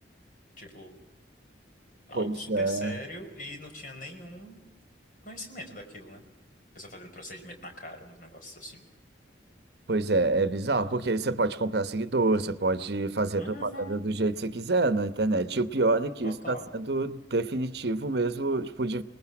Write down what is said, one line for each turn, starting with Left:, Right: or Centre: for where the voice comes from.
Left: tipo algo
Right: pois
Left: super
Right: é.
Left: sério e não tinha nenhum conhecimento daquilo, né? Pessoa fazendo procedimento na cara, uns negócios assim.
Right: Pois é, é bizarro, porque você pode comprar seguidor, você pode fazer
Left: Uhum.
Right: propaganda do jeito que você quiser na internet. E o pior é que
Left: Total,
Right: isso está sendo definitivo mesmo, tipo, de-